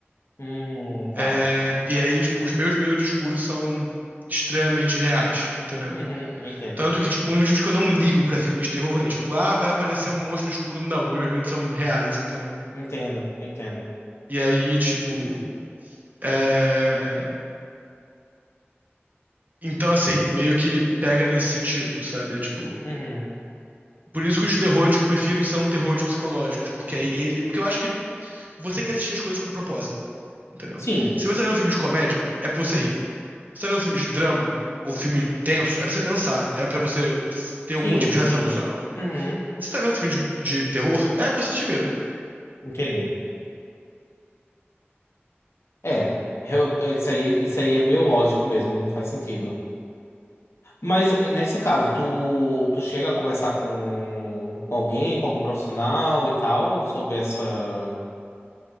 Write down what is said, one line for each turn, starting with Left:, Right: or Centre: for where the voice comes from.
Left: Hum, tá.
Right: É, e aí, tipo, os meus medos de escuro são extremamente reais, entendeu?
Left: Uhum, entendo.
Right: Tanto que, tipo, um dos motivos que eu não ligo pra filmes de terror é, tipo, ah, vai aparecer um monstro escuro. Não, os meus medos são reais, entendeu?
Left: Entendo, entendo.
Right: E aí, tipo, é... Então, assim, meio que pega nesse sentido, sabe? É tipo.
Left: Uhum.
Right: Por isso que os terrores que eu prefiro são terrores psicológicos, porque aí ele. Porque eu acho que você quer assistir as coisas com propósito, entendeu?
Left: Sim,
Right: Se você tá vendo um filme de comédia, é pra você rir. Se você tá vendo um filme de drama ou filme tenso, é pra você pensar, é pra você ter algum
Left: sim,
Right: tipo de reação
Left: sim.
Right: emocional.
Left: Uhum,
Right: Se você tá vendo um filme de, de terror, é pra você sentir medo.
Left: entendi. É, eu- eu- isso aí, isso aí é meio lógico mesmo, faz sentido. Mas nesse caso, tu, tu chega a conversar com, com alguém, com algum profissional e tal, sobre essa,